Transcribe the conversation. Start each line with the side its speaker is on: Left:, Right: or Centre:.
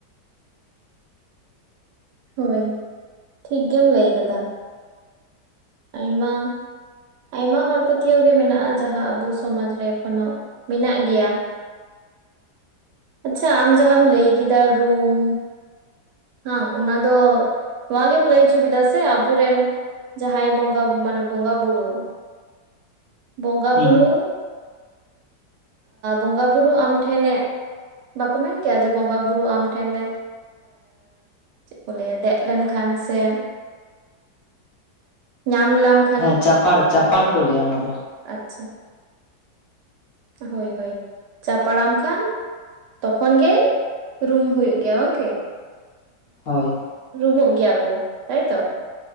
Right: ᱦᱳᱭ, ᱴᱷᱤᱠ ᱜᱮᱢ ᱞᱟᱹᱭ ᱠᱟᱫᱟ᱾ ᱟᱭᱢᱟ ᱟᱭᱢᱟ ᱦᱚᱲ ᱯᱟᱹᱛᱭᱟᱹᱣ ᱜᱮ ᱢᱮᱱᱟᱜᱼᱟ, ᱡᱟᱦᱟᱸ ᱟᱵᱚ ᱥᱚᱢᱟᱡ ᱨᱮ ᱮᱠᱷᱚᱱᱳ ᱢᱮᱱᱟᱜ ᱜᱮᱭᱟ᱾ ᱟᱪᱪᱷᱟ ᱟᱢ ᱡᱟᱦᱟᱸᱢ ᱞᱟᱹᱭ ᱠᱮᱫᱟ ᱨᱩᱢ ᱵᱟᱸᱝ ᱚᱱᱟ ᱫᱚ ᱱᱚᱣᱟ ᱜᱮᱢ ᱞᱟᱹᱭ ᱚᱪᱚ ᱠᱮᱫᱟ ᱥᱮ ᱟᱵᱚᱨᱮᱱ ᱡᱟᱦᱟᱸᱭ ᱵᱚᱸᱜᱟ ᱢᱟᱱᱮ ᱵᱚᱸᱜᱟ ᱵᱩᱨᱩ, ᱵᱚᱸᱜᱟ
Left: ᱦᱩᱸ
Right: ᱵᱩᱨᱩ ᱵᱚᱸᱜᱟ ᱵᱩᱨᱩ ᱟᱢ ᱴᱷᱮᱱᱮ ᱵᱟᱠᱚ ᱢᱮᱱ ᱜᱮᱭᱟ ᱡᱮ ᱵᱚᱸᱜᱟ ᱵᱩᱨᱩ ᱟᱢ ᱴᱷᱮᱱᱮ ᱪᱮᱫ ᱠᱚ ᱞᱟᱹᱭᱟ? ᱫᱮᱡ ᱞᱮᱱᱠᱷᱟᱱ ᱥᱮ ᱧᱟᱢ ᱞᱟᱢ
Left: ᱦᱮᱸ ᱪᱟᱯᱟᱲ ᱪᱟᱯᱟᱲ ᱠᱚ ᱞᱟᱹᱭᱟ ᱚᱱᱟ ᱫᱚ᱾
Right: ᱟᱪᱷᱟ᱾ ᱦᱳᱭ ᱦᱳᱭ, ᱪᱟᱯᱟᱲᱟᱢ ᱠᱷᱟᱱ ᱛᱚᱠᱷᱚᱱ ᱜᱮ ᱨᱩᱢ ᱦᱩᱭᱩᱜ ᱜᱮᱭᱟ᱾ ᱵᱟᱝ ᱜᱮ?
Left: ᱦᱳᱭ
Right: ᱨᱩᱢᱩᱜ ᱜᱮᱭᱟ ᱠᱚ ᱛᱟᱭᱛᱚ,